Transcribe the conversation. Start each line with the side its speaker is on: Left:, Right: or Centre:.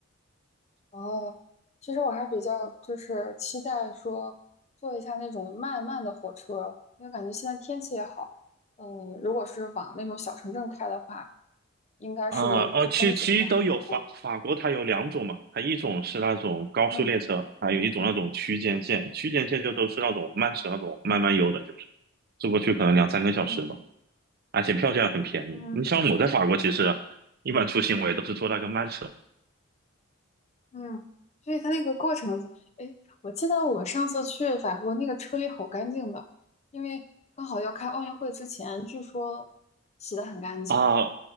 Left: 哦，其实我还比较就是期待说坐一下那种慢慢的火车，因为感觉现在天气也好。嗯，如果是往那种小城镇开的话。应该是沿途的风景也还不错。
Right: 啊，哦，其实其实都有法法国，它有两种嘛，它一种是那种高速列车，
Left: 嗯
Right: 还有一种那种区间线。区间线就都是那种慢车，那种慢慢悠的，就是坐过去可能两三个小时吧，
Left: 嗯
Right: 而且票价很便宜。
Left: 嗯
Right: 你像我在法国，其实一般出行我也都是坐那个慢车
Left: 嗯，所以它那个过程子，哎，我记得我上次去法国那个车里好干净的，因为刚好要开奥运会之前，据说洗得很干净
Right: 啊